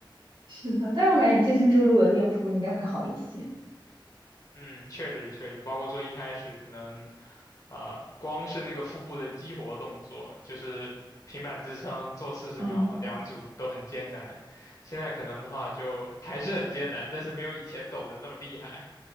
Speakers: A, on the right (about 65°); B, on the left (about 40°).
A: 是的，但是我感觉你健身之后如果有练腹部，应该会好一些。
B: 嗯，确实确实，包括说一开始可能，啊、光是那个腹部的激活动作，就是平板支撑做四十秒两组都很艰难，
A: 嗯，
B: 现在可能的话就还是很艰难，但是没有以前抖的那么厉害。